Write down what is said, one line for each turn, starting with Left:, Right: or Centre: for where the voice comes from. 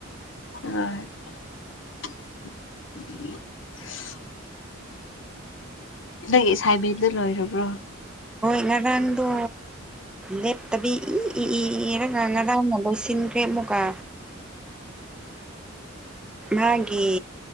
Left: ꯑ ꯅꯪꯥꯏꯕꯤꯦꯟꯗꯨ ꯂꯣꯏꯔꯕ꯭ꯔꯣ
Centre: ꯍꯣꯏ ꯉꯔꯥꯡꯗꯣ ꯂꯦꯞꯇꯕꯤ ꯏꯔꯒ ꯉꯔꯥꯡꯅ ꯂꯣꯏꯁꯤꯟꯈ꯭ꯔꯦ ꯐꯃꯨꯀ ꯃꯥꯒꯤ